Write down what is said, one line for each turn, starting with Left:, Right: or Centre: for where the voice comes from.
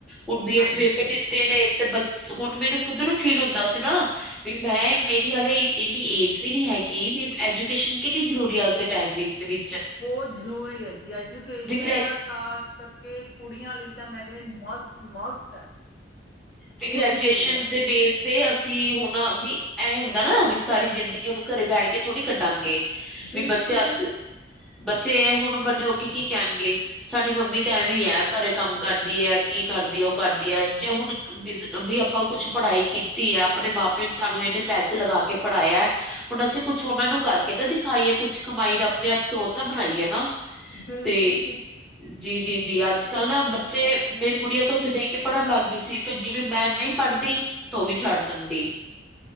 Centre: ਹੁਣ ਬੀਏਡ
Left: ਹਾਂਜੀ
Centre: ਦੇ ਪੇਪਰ ਦਿੱਤੇ ਨੇ ਤੇ। ਹੁਣ ਮੈਨੂੰ ਖੁਦ ਨੂੰ ਫੀਲ ਹੁੰਦਾ ਸੀ ਨਾ ਵੀ ਮੈਂ ਮੇਰੀ ਹਾਲੇ ਇੰਨੀ ਏਜ ਵੀ ਨਹੀਂ ਹੈਗੀ। ਵੀ ਐਜੂਕੇਸ਼ਨ ਕਿੰਨੀ ਜ਼ਰੂਰੀ ਹੈ ਅੱਜ ਦੇ ਟਾਈਮ ਵਿੱਚ ਵੀ।
Left: ਬਹੁਤ ਜ਼ਰੂਰੀ ਹੈ ਜੀ ਐਜੂਕੇਸ਼ਨ
Centre: ਵੀ ਗ੍ਰੈ
Left: ਦਾ ਖਾਸ ਕਰਕੇ। ਕਿ ਕੁੜੀਆਂ ਲਈ ਤਾਂ ਮੈਂ ਕਹਿੰਦੀ ਮਸਟ ਮਸਟ ਹੈ।
Centre: ਵੀ
Left: ਬਹੁਤ
Centre: ਗ੍ਰੈਜੂਏਸ਼ਨ
Left: ਜ਼ਰੂਰੀ ਹੈ
Centre: ਦੇ ਬੇਸ ਤੇ ਅਸੀਂ। ਅਸੀਂ ਹੁਣ ਵੀ ਇਹ ਹੁੰਦਾ ਨਾ ਵੀ ਸਾਰੀ ਜ਼ਿੰਦਗੀ ਹਣ ਘਰੇ ਬੈਠ ਕੇ ਥੋੜ੍ਹੀ ਕੱਢਾਂਗੇ।
Left: ਬਿਲਕੁਲ
Centre: ਵੀ ਬੱਚੇ ਅੱਜ
Left: ਜੀ।
Centre: ਬੱਚੇ ਹੁਣ ਵੱਡੇ ਹੋ ਕੇ ਕੀ ਕਹਿਣਗੇ ਸਾਡੀ ਮੰਮੀ ਤਾਂ ਐਵੇਂ ਹੈ ਘਰੇ ਕੰਮ ਕਰਦੀ ਹੈ ਕੀ। ਕਰਦੀ ਉਹ ਕਰਦੀ ਹੈ ਜੇ ਹੁਣ। ਬ ਵੀ ਆਪਾਂ ਕੁਛ ਪੜ੍ਹਾਈ ਕੀਤੀ ਹੈ ਆਪਣੇ ਮਾਂ ਪਿਉ ਨੇ ਸਾਨੂੰ ਇਨੇ ਪੈਸੇ ਲਗਾ ਕੇ ਪੜ੍ਹਾਇਆ। ਹੁਣ ਅਸੀਂ ਕੁਛ ਉਹਨਾਂ ਨੂੰ ਕਰਕੇ ਤਾਂ ਦਿਖਾਈਏ ਕੁਛ ਕਮਾਈ ਦਾ ਆਪਣੇ ਆਪ ਸਰੋਤ ਬਣਾਈਏ ਨਾ।
Left: ਬਿਲਕੁਲ
Centre: ਤੇ
Left: ਜੀ।
Centre: ਜੀ ਜੀ। ਜੀ ਅੱਜ ਕੱਲ੍ਹ ਨਾ ਬੱਚੇ ਮੇਰੀ ਗੁੜੀਆਂ ਤੋਂ ਉੱਥੇ ਦੇਖ ਕੇ ਪੜ੍ਹਨ ਲੱਗ ਗਈ ਸੀ। ਫਿਰ ਜਿਵੇਂ ਮੈਂ ਨਹੀਂ ਪੜ੍ਹਦੀ ਤਾਂ ਉਹ ਵੀ ਛੱਡ ਦਿੰਦੀ।